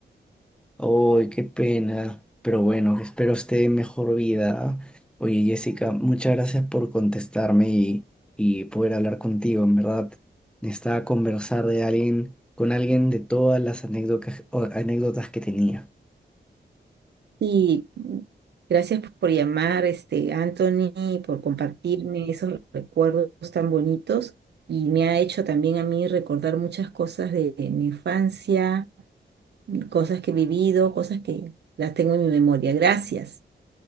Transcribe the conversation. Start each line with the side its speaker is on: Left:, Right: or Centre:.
Centre: Ay, qué pena. Pero bueno, espero esté en mejor vida. Oye, Jessica, muchas gracias por contestarme y, y poder hablar contigo. En verdad, necesitaba conversar de alguien, con alguien de todas las anécdotas, o- anécdotas que tenía.
Right: Y gracias por llamar, este, Anthony, por compartirme esos recuerdos tan bonitos y me ha hecho también a mí recordar muchas cosas de, de mi infancia, cosas que he vivido, cosas que las tengo en mi memoria. Gracias.